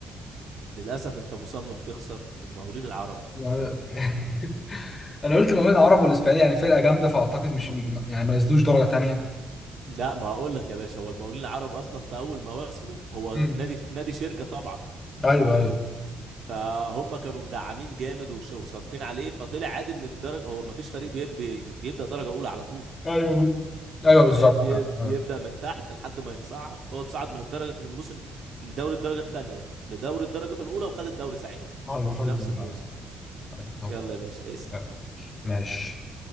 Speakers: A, on the right; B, on the left.
A: للاسف انت مصمم تخسر المقاولين العرب
B: <laughs> انا قلت ما بين العرب والاسبانيين يعني فرقه جامده فاعتقد مش يعني ما نزلوش درجه تانية
A: لا ما اقول لك يا باشا هو المقاولين العرب اصلا في اول مواسمه هو
B: امم
A: نادي نادي شركه طبعا
B: ايوه ايوه
A: فهم كانوا مدعمين جامد وش- وصارفين عليه فطلع عادي من الدرجه هو ما فيش فريق بيب... بي- بيبدا درجه اولى على طول
B: ايوه ايوه بالظبط
A: فاهم بي...
B: فعلا.
A: بيبدا
B: ايوه
A: من تحت لحد ما يتصعد فهو اتصعد من الدرجه من موسم من دوري الدرجه الثانيه لدوري الدرجه الاولى وخد الدوري ساعتها
B: ايوه خد
A: في
B: الدوري
A: نفس الموسم
B: ايوه أيوة، طب
A: يلا يا باشا اسال
B: أيوة. ماشي